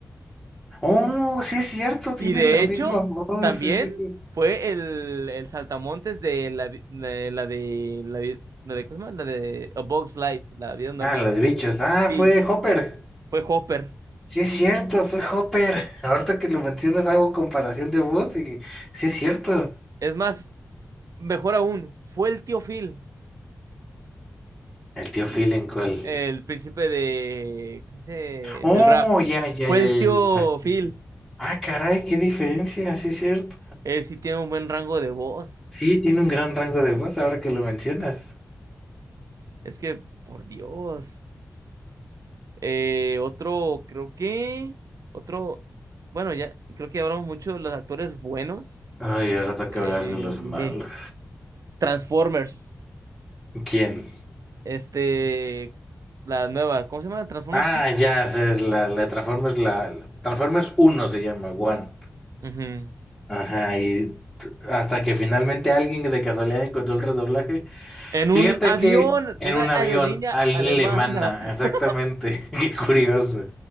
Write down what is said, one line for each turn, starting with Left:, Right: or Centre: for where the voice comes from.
Centre: Oh, sí es cierto, tiene
Right: Y de
Centre: la misma
Right: hecho,
Centre: voz.
Right: también
Centre: Sí, sí, sí.
Right: fue el, el saltamontes de la, vi- la, la de la, vi- la de, ¿cómo se llama? La de A Bug's Life, la vida de una
Centre: Ah,
Right: hormiga.
Centre: los bichos. Ah,
Right: Sí,
Centre: fue Hopper.
Right: fue Hopper.
Centre: Sí es cierto, fue Hopper. Ahorita que lo mencionas hago comparación de voz y sí es cierto.
Right: Es más, mejor aún, fue el tío Phil,
Centre: El tío Phil en cuál.
Right: el príncipe de, ¿cómo se dice?
Centre: Oh,
Right: Del rap.
Centre: ya, ya,
Right: Fue
Centre: ya,
Right: el
Centre: ya.
Right: tío
Centre: ya, Ah,
Right: Phil.
Centre: sí, sí. Ah, caray, qué diferencia, sí es cierto.
Right: Él sí tiene un buen rango de voz.
Centre: Sí, tiene un gran rango de voz ahora que lo mencionas.
Right: Es que, por Dios. Eh, otro, creo que, otro, bueno, ya, creo que hablamos mucho de los actores buenos.
Centre: Ay, ahora toca
Right: Eh,
Centre: hablar de los malos.
Right: Transformers.
Centre: ¿Quién?
Right: Este, la nueva, ¿cómo se llama? ¿Transformers
Centre: Ah,
Right: qué?
Centre: ya, sé, es la, la Transformers, la, la- Transformers 1 se llama, One.
Right: Ujú.
Centre: Ajá, y t- hasta que finalmente alguien de casualidad encontró el redoblaje
Right: En un
Centre: Fíjate
Right: avión
Centre: que en
Right: de una
Centre: un avión
Right: aerolínea
Centre: alemana,
Right: alemana.
Centre: exactamente,
Right: <laughs>
Centre: <laughs> qué curioso.